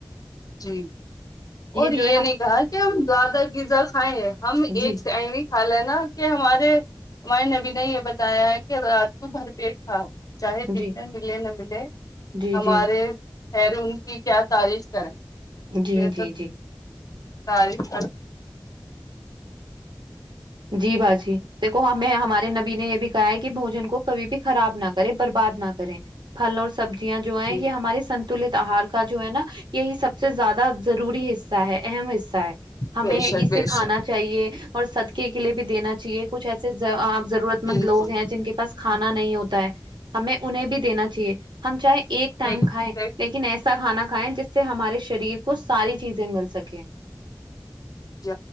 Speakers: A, on the left; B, on the right.
A: جی اور یہ
B: جو ہے ہم
A: نہیں کہا کہ ہم زیادہ غذا کھائیں ہم ایک
B: جی
A: ٹائم حال ہے نا کہ ہمارے ہمارے نبی نے یہ بتایا ہے کہ رات کو بھر پیٹ کھاؤ چاہے دن
B: جی
A: میں ملے نہ ملے
B: جی
A: ہمارے
B: جی
A: خیر ان کی کیا تعریف کریں
B: جی
A: یہ
B: جی
A: تو
B: جی
A: ساری <inaudible>
B: جی باجی دیکھو ہمیں ہمارے نبی نے یہ بھی گائے کے بوجن کو کبھی بھی خراب نہ کرے برباد نہ کریں پھل اور سبزیاں جو ہے
A: جی
B: یہ ہمارے سنتولت آہار کا جو ہے نا یہی سب سے زیادہ ضروری حص اہم حصہ ہے ہمیں
A: بے شک
B: اسے
A: بے
B: کھانا
A: شک
B: چاہیے اور صد قہ کے لیے بھی دینا چاہیے کچھ ایسے ضرورت
A: بالکل
B: مند لوگ ہیں جن کے پاس کھانا نہیں ہوتا ہے ہمیں انہیں بھی دینا چاہیے ہم چاہے ایک ٹائم
A: بالکل
B: کھایں لیکن ایسا کھانا کھائیں جس سے ہمارے شریر کو ساری چیزیں مل سکے
A: ج